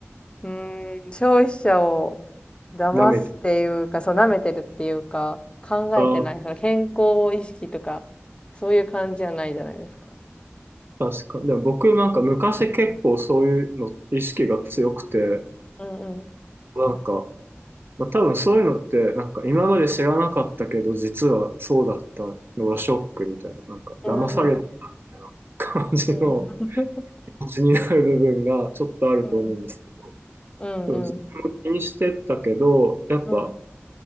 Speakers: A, on the left; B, on the right.
A: うん、消費者を騙すっていうか、
B: 舐めて。
A: そう、舐めてるっていうか、考えてない、
B: あ、
A: その健康意識とか、そういう感じじゃないじゃないですか。
B: 確か。でも僕なんか昔結構そういうの意識が強くて、
A: うんうん。
B: なんか、まあ、多分そういうのってなんか今まで知らなかったけど実はそうだったのがショックみたいな、なんか騙され
A: うんうん。
B: た感じの
A: うんうん。
B: 気持ちになる部分がちょっとあると思うんですけど、
A: うん。うん、
B: でも自分も気にしてたけど、
A: うん。
B: やっぱ
A: うん。